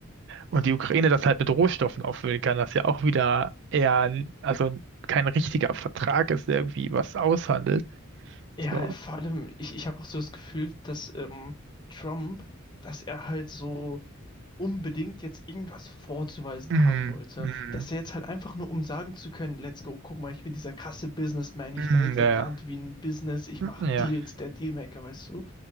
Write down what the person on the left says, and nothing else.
Ja,
vor allem, ich, ich habe auch so das Gefühl, dass ähm, Trump, dass er halt so unbedingt jetzt irgendwas vorzuweisen
haben wollte.
Dass er jetzt halt einfach nur, um sagen zu können, let's go, guck mal, ich bin dieser krasse Businessman,
ich leite
ein Land wie ein Business, ich
mache
Deals, der Dealmaker, weißt du?